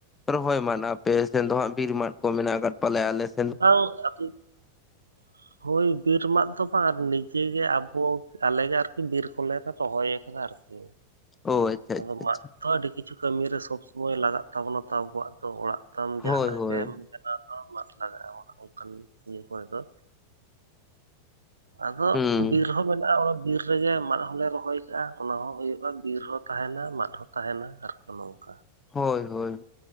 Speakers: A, on the left (about 15°); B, on the right (about 75°).
A: ᱨᱚᱦᱚᱭ ᱢᱟᱱ ᱟᱯᱮᱥᱱ ᱫᱚ ᱦᱟᱸᱜ ᱵᱤᱨ ᱢᱟᱫ ᱠᱚ ᱢᱮᱱᱟᱜ ᱟᱠᱟᱫ ᱯᱟᱞᱮᱭᱟ ᱟᱞᱮᱥ
B: <unintelligible>
A: <inaudible>
B: ᱦᱳᱭ ᱵᱤᱨ ᱢᱟᱫ ᱫᱚ ᱵᱟᱝ ᱱᱤᱡᱮᱜᱮ ᱟᱵᱚ ᱟᱞᱮᱜᱮ ᱟᱨᱠᱤ ᱵᱤᱨ ᱠᱚᱞᱮ ᱞᱮ ᱨᱚᱦᱚᱭ ᱟᱠᱟᱫᱟ ᱟᱨᱠᱤ
A: ᱚ ᱟᱪᱪᱷᱟ
B: <inaudible> ᱟᱫᱚ
A: ᱟᱪᱪᱷᱟ ᱟᱪᱪᱷᱟ
B: ᱢᱟᱫ ᱛᱚ ᱟᱹᱰᱤ ᱠᱤᱪᱷᱩ ᱠᱟᱹᱢᱤᱨ ᱨᱮ ᱥᱚᱵᱥᱚᱢᱚᱭ ᱞᱟᱜᱟᱜ ᱛᱟᱵᱚᱱᱟ ᱛᱚ ᱟᱵᱚᱣᱟᱜ ᱫᱚ ᱚᱲᱟᱜ ᱛᱟᱢ ᱡᱟᱦᱱᱟᱜ
A: ᱦᱳᱭ ᱦᱳᱭ
B: ᱜᱮᱢ ᱵᱮᱱᱟᱣ ᱫᱚ ᱢᱟᱫ ᱞᱟᱜᱟᱜᱼᱟ ᱚᱱᱠᱟᱱ ᱤᱭᱟᱹ ᱠᱚᱨᱮ ᱫᱚ ᱟᱫᱚ
A: ᱦᱩᱸ
B: ᱵᱤᱨ ᱦᱚᱸ ᱢᱮᱱᱟᱜᱼᱟ ᱚᱱᱟ ᱵᱤᱨ ᱵᱤᱨ ᱨᱮᱜᱮ ᱢᱟᱫ ᱦᱚᱞᱮ ᱨᱚᱦᱚᱭ ᱠᱟᱜᱼᱟ ᱚᱱᱟ ᱦᱚᱸ ᱦᱩᱭᱩᱜᱼᱟ ᱵᱤᱨ ᱦᱚᱸ ᱛᱟᱦᱮᱱᱟ ᱢᱟᱫ ᱦᱚᱸ ᱛᱟᱦᱮᱱᱟ ᱟᱨ ᱠᱚ ᱱᱚᱝᱠᱟ
A: ᱦᱳᱭ ᱦᱳᱭ